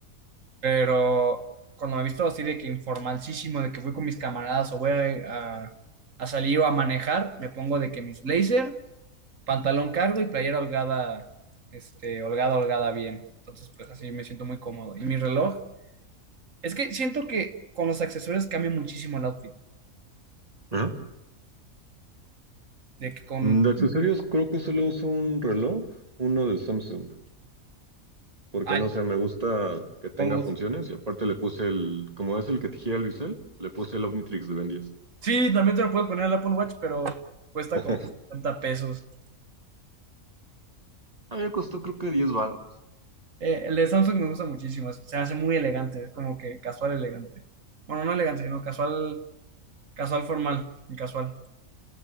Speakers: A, on the right; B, on the right.
A: Pero cuando me he visto así de que informalísimo, de que fui con mis camaradas o voy a, a- a salir o a manejar, me pongo de que mis blazer pantalón cargo y playera holgada, este, holgada, holgada bien. Entonces, pues así me siento muy cómodo. Y mi reloj, es que siento que con los accesorios cambia muchísimo el outfit.
B: Ajá.
A: De que con...
B: Mm, De accesorios creo que solo uso un reloj, uno de Samsung. porque
A: Ay,
B: no sé, me gusta que tenga
A: con-
B: funciones y aparte le puse el, como es el que te gira el bisel, le puse el Omnitrix de Ben 10.
A: Sí, también te lo puedes poner el Apple Watch, pero cuesta
B: <laughs>
A: como 50 pesos.
B: A mí me costó creo que diez baros.
A: Eh, el de Samsung me gusta muchísimo, es- se hace muy elegante, es como que casual elegante. Bueno, no elegante, sino casual, casual formal y casual.